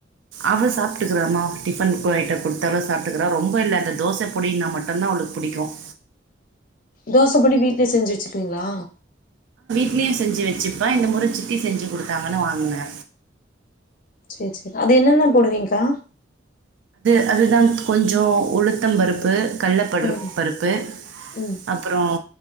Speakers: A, on the right; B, on the left.
A: அவ சாப்பிட்டுகிறாமோ டிஃபன் பொயிட்டு கொடுத்த சாப்பிட்டுகறா ரொம்ப இல்ல அந்த தோசை பொடினா மட்டுதா அவளுக்கு பிடிகும்
B: தோச பொடி வீட்லே செஞ்சு வச்சுர்ங்கிளா
A: இட்லியு செஞ்சு வச்சுப்பா இந்த முறை சித்தி செஞ்சு கொடுத்தாங்கனு வாங்னே
B: சரி சரி அது என்னென்ன போடுவீங்கா
A: அது தான் கொஞ்சோம் உளுத பருப்பு கள்ளப்படு
B: ம்
A: பருப்பு
B: ம்
A: அப்புறம்